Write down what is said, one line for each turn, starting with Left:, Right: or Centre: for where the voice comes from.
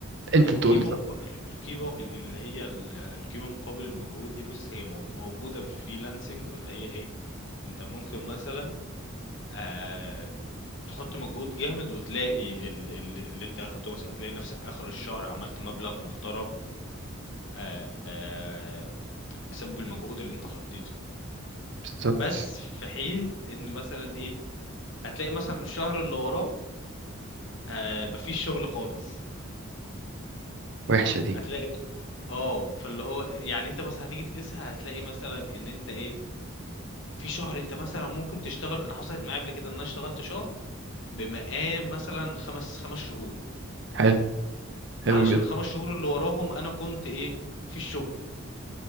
Right: انت
Left: القيمة
Right: تقول لي طب
Left: مق... القيمة اللي هي ال- القيمة مقابل المجهود دي بُص هي مو موجودة في الfreelancing واللي هي إيه، أنت ممكن مثلًا آآ، تحط مجهود جامد وتلاقي ال ال اللي أنت أخدته مثلًا تلاقي نفسك آخر الشهر عملت مبلغ محترم آآ، بسبب المجهود اللي أنت حطيته،
Right: بالظبط
Left: بس في حين إن مثلًا إيه، هتلاقي مثلًا الشهر اللي وراه آآ، ما فيش شغل خالص،
Right: وحشة دي
Left: هتلاقي آه، فاللي هو يعني أنت مثلًا هتيجي تقيسها هتلاقي مثلًا إن أنت إيه في شهر أنت مثلًا ممكن تشتغل أنا حصلت معايا قبل كده إن أنا اشتغلت شهر بمقام مثلًا 5- 5 شهور،
Right: حلو حلو
Left: علشان ال5 شهور اللي وراهم أنا كنت إيه، ما فيش شغل،